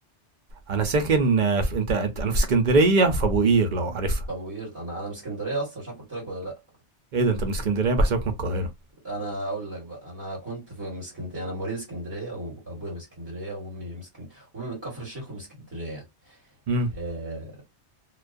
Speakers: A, on the right; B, on the right.
A: انا ساكن آه، في انت أنت- انا في اسكندريه في ابو قير لو عارفها
B: طب ويرد انا انا من اسكندريه اصلا مش عارف قلت لك ولا لا
A: ايه ده انت من اسكندريه بحسابك من القاهره
B: انا اقول لك بقى انا كنت في من اسكندريه انا مواليد اسكندريه وابويا من اسكندريه وامي من اسكندريه وامي من كفر الشيخ ومن اسكندريه
A: امم
B: آه،